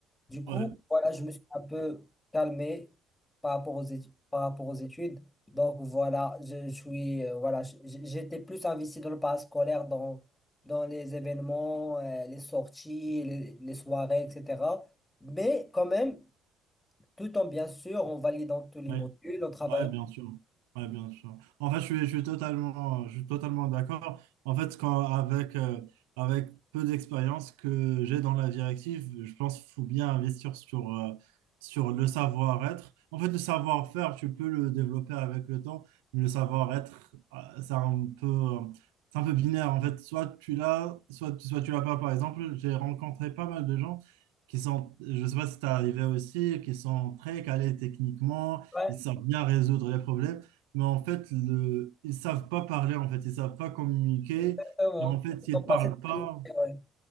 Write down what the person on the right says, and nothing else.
Ouais.
Ouais.
Ouais, bien sûr. Ouais, bien sûr. En fait, je suis, je suis totalement, euh, je suis totalement d'accord. En fait, quand, avec, euh, avec peu d'expérience que j'ai dans la directive, je pense qu'il faut bien investir sur, euh, sur le savoir-être. En fait, le savoir-faire, tu peux le développer avec le temps, mais le savoir-être, euh, c'est un peu, euh, c'est un peu binaire. En fait, soit tu l'as, soit, soit tu l'as pas. Par exemple, j'ai rencontré pas mal de gens qui sont, je sais pas si c'est arrivé aussi, qui sont très calés techniquement
ils savent bien résoudre les problèmes, mais en fait, le, ils savent pas parler, en fait, ils savent pas communiquer,
et en fait, ils
parlent
pas.